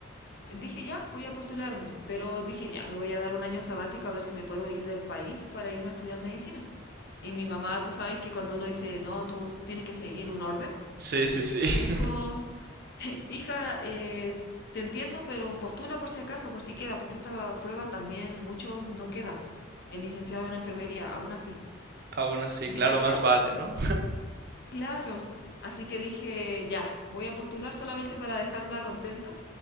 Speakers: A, on the left (about 55°); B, on the right (about 50°).
A: dije, ya, voy a postularme. Pero dije, ya, me voy a dar un año sabático a ver si me puedo ir del país para irme a estudiar medicina. Y mi mamá, tú sabes que cuando uno dice, no, tú tienes que seguir un orden,
B: Sí, sí, sí. <laughs>
A: me dijo, <laughs> hija, eh, te entiendo, pero postula por si acaso, por si queda, porque esta prueba también muchos no quedan. El licenciado en enfermería, aún así.
B: Aún así,
A: Y
B: claro,
A: yo dije,
B: más
A: ya,
B: vale, ¿no?
A: claro. Así que dije, ya, voy a postular solamente para dejarla contenta.